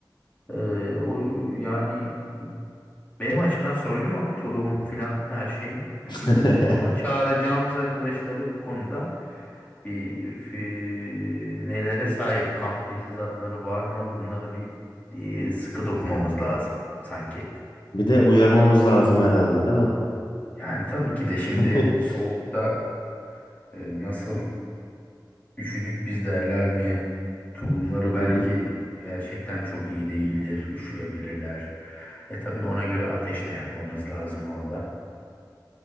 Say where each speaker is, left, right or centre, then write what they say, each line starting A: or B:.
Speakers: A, on the left; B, on the left.
A: Ee, o yani benim açımdan sorun yok. Tulumum filan her şeyim
B: <laughs>
A: iyi, uygun ama çağıracağımız arkadaşları bu konuda bir fi- nelere sahip kamp tesisatları var mı? Bunları bir e, sıkı dokumamız lazım sanki.
B: Bir de uyarmamız lazım herhalde, değil mi?
A: Yani tabii ki de şimdi
B: <laughs>
A: soğukta e, nasıl üşüdük biz derler mi? Tulumları
B: Hı hı.
A: belki gerçekten çok iyi değildir. Üşüyebilirler. E tabii ona göre ateş de yakmamız lazım orada.